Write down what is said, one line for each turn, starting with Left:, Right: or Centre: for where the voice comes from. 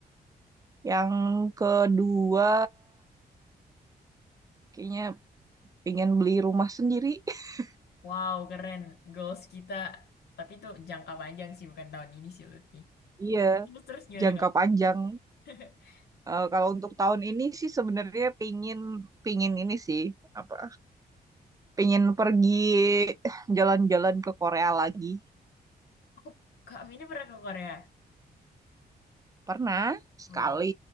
Right: yang kedua kayaknya pengen beli rumah sendiri. <laughs>
Left: Wow, keren goals kita. Tapi itu jangka panjang sih, bukan tahun ini sih Lutfi.
Right: Iya,
Left: Terus terus gimana
Right: jangka
Left: Kak?
Right: panjang.
Left: <laughs>
Right: Eh, kalau untuk tahun ini sih sebenarnya pingin pingin ini sih apa pingin pergi jalan-jalan ke Korea lagi.
Left: Aku Kak Vini pernah ke Korea?
Right: Pernah sekali
Left: Wow.